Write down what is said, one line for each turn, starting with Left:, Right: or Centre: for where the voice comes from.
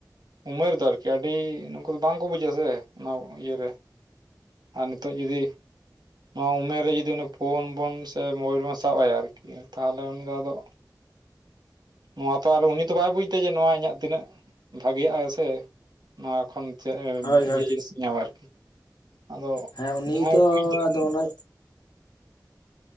Right: ᱩᱢᱮᱨ ᱫᱚ ᱟᱨᱠᱤ ᱟᱹᱰᱤ ᱱᱩᱝᱠᱩ ᱫᱚ ᱵᱟᱝᱠᱚ ᱵᱩ ᱦᱷᱟᱹ ᱥᱮ ᱱᱚᱵ ᱤᱭᱟᱹᱨᱮ ᱟᱨ ᱱᱤᱛᱚᱜ ᱡᱩᱫᱤ ᱱᱚᱣᱟ ᱩᱢᱮᱨ ᱨᱮ ᱡᱩᱫᱤ ᱩᱱᱤ ᱯᱷᱳᱱ ᱵᱚᱱ ᱥᱮ ᱢᱳᱵᱟᱭᱤᱞ ᱵᱚᱱ ᱥᱟᱵ ᱟᱭᱟ ᱟᱨᱠᱤ, ᱛᱟᱦᱚᱞᱮ ᱩᱱᱤ ᱫᱚ ᱟᱫᱚ ᱱᱚᱣᱟ ᱛᱚ ᱟᱨ ᱩᱱᱤ ᱫᱚ ᱵᱟᱭ ᱵᱩᱡᱽᱫᱟ ᱡᱮ ᱱᱚᱣᱟ ᱤᱧᱟᱹᱜ ᱛᱤᱱᱟᱹᱜ ᱵᱷᱟᱜᱮᱭᱟᱜᱼᱟᱭ ᱥᱮ ᱱᱚᱣᱟ ᱠᱷᱚᱱ ᱪᱮᱫ
Left: ᱦᱳᱭ
Right: ᱤᱭᱟᱹ
Left: ᱦᱳᱭ
Right: ᱡᱤᱱᱤᱥ ᱧᱟᱢᱟ ᱟᱨᱠᱤ ᱾ ᱟᱫᱚ
Left: ᱦᱮᱸ ᱩᱱᱤ
Right: ᱡᱟᱦᱟᱸᱭ
Left: ᱛᱚ
Right: ᱠᱩᱡᱽᱫᱟ
Left: ᱟᱫᱚ
Right: ᱚᱝ
Left: ᱚᱱᱟ